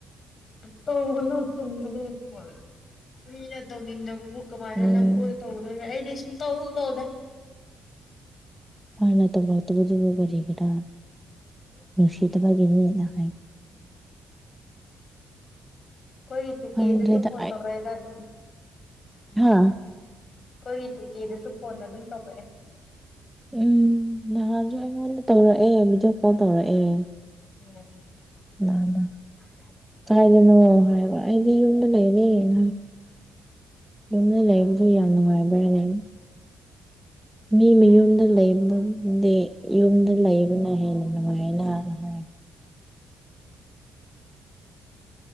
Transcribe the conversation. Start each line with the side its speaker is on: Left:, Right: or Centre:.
Left: ꯇꯧꯒꯅꯣ ꯆꯨꯝꯕꯅꯦ ꯀꯣꯜ ꯃꯤꯅ ꯇꯧꯅꯤꯡꯗꯕꯕꯨ ꯀꯃꯥꯏꯅ
Centre: ꯎꯝ
Left: ꯅꯝꯐꯨ ꯇꯧꯗꯣꯏꯅꯣ ꯑꯩꯗꯤ ꯁꯨꯡ ꯇꯧ ꯇꯧꯗꯦ
Centre: ꯐꯅ ꯇꯧꯔꯛꯇꯕꯗꯨ ꯀꯔꯤꯒꯤꯔ ꯅꯨꯡꯁꯤꯗꯕꯒꯤ ꯃꯤꯅ ꯍꯥꯏ
Left: ꯑꯩꯈꯣꯏꯒꯤ ꯇꯨꯀꯦꯗꯁꯨ
Centre: ꯈꯪꯗ꯭ꯔꯦꯗ
Left: ꯐꯣꯟ ꯇꯧꯔꯛꯑꯦꯗ ꯑꯗꯨꯝ
Centre: ꯍꯥꯥ
Left: ꯑꯩꯈꯣꯏꯒꯤ ꯇꯨꯀꯦꯗꯁꯨ ꯐꯣꯟ ꯑꯗꯨꯝ ꯇꯧꯔꯛꯑꯦ
Centre: ꯎꯝ ꯅꯍꯥꯟꯁꯨ ꯑꯩꯉꯣꯟꯗ ꯇꯧꯔꯛꯑꯦ ꯚꯤꯗꯤꯑꯣ ꯀꯣꯜ ꯇꯧꯔꯛꯑꯦ
Left: ꯑꯣ
Centre: <unintelligible> ꯀꯥꯏꯗꯅꯣ ꯍꯥꯏꯕ ꯑꯩꯗꯤ ꯌꯨꯝꯗ ꯂꯩꯔꯦꯅ ꯍꯥꯏꯕ ꯌꯨꯝꯗ ꯂꯩꯕꯗꯨ ꯌꯥꯝ ꯅꯨꯡꯉꯥꯏꯕ꯭ꯔꯅꯦ ꯃꯤ ꯃꯌꯨꯝꯗ ꯂꯩꯕꯕꯨꯗꯤ ꯌꯨꯝꯗ ꯂꯩꯕꯅ ꯍꯦꯟꯅ ꯅꯨꯡꯉꯥꯏꯅ ꯍꯥꯏꯕ